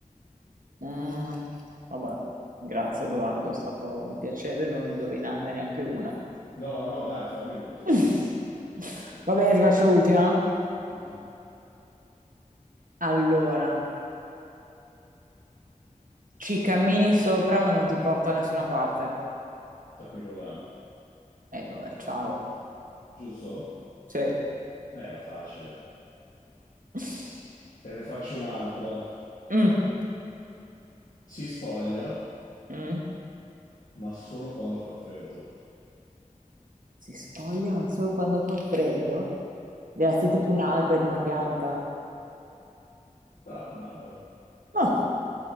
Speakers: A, on the right (about 75°); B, on the left (about 80°).
A: Mm, vabbè, grazie Edoardo, è stato un piacere non indovinarne neanche una.
B: No, no, dai, fammi l'ultimo.
A: <laughs> Va bene, ti faccio l'ultima.
B: Mhm.
A: Allora, ci cammini sopra, ma non ti porta da nessuna parte.
B: Tapirulano.
A: E vabbè, ciao.
B: Giusto?
A: Sì.
B: Eh, Era facile.
A: <laughs>
B: Te ne faccio un'altra.
A: Mm.
B: Si spoglia,
A: Mm.
B: ma solo quando fa freddo.
A: Si spoglia, ma solo quando fa freddo? Deve essere tipo un albero, una pianta.
B: Brava, un albero.
A: No,